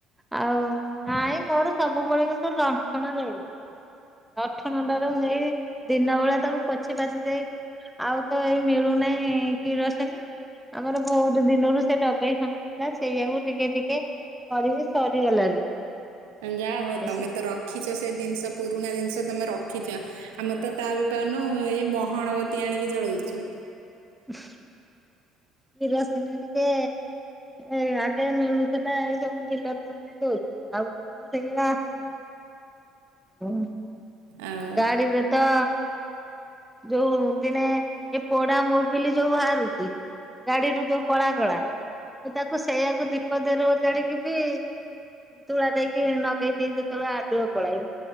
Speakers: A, in the centre; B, on the right.
A: ଆଉ ନାଇଁ ମୋର ସବୁବେଳେ କିନ୍ତୁ ଲଣ୍ଠଣ ଜଳୁଥିବ। ଲଣ୍ଠଣ ଟାରେ ମୁଁ ଏଇ ଦିନ ବେଳା ତାକୁ ପୋଛି ପାଛି ଦେଇକି ଆଉ ତ ଏଇ ମିଳୁ ନାହିଁ କିରୋସିନୀ। ଆମର ବହୁତ ଦିନରୁ ସେ ଡବେଇ ଖଣ୍ଡେ ଥିଲା ସେଇଆକୁ ଟିକେ ଟିକେ କରିକି ସରିଗଲାଣି।
B: ଅଁ, ଯା ହଉ
A: ଏସ
B: ତୋମେ ତ ରଖିଛ ସେ ଦିନିଷ ପୁରୁଣା ଜିନିଷ ତୋମେ ରଖିଚ। ଆମର ତ ତା ବି ପାଉନୁ ଏ ମହଣବତୀ ଆଣିକି ଜଳଉଚୁ।
A: ଉଁହୁଁ। କିରୋସିନି ଟିକେ ଏଇ ଆଗେ ମିଳୁଥିଲା ଏଇ ସବୁ ଡିଲର ମାନେ ଦଉଥିଲେ। ଆଉ ତ କଣ ସେଇ ଆସୁନି। ଉଁ
B: ଆଉ।
A: ଗାଡିରେ ତ ଯୋଉ ଦିନେ ଏ ପୋଡା ମୋବିଲି ଯୋଉ ବାହାରୁଚି। ଗାଡିରୁ ଯୋଉ କଳା କଳା। ମୁଁ ତାକୁ ସେଇଆକୁ ଦୀପ ଦେହରେ ଉଜାଡିକି ବି ତୁଳା ଦେଇକି ନଗେଇ ଦିଏ ଯେତେବେଳେ ଆଲୁଅ ପଳାଏ।